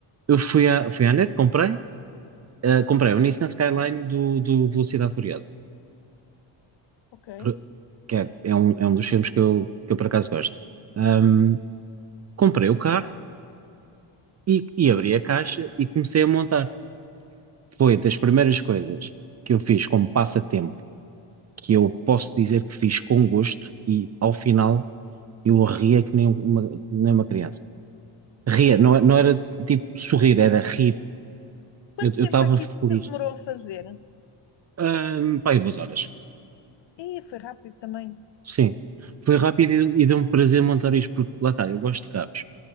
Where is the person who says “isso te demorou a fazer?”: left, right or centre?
Left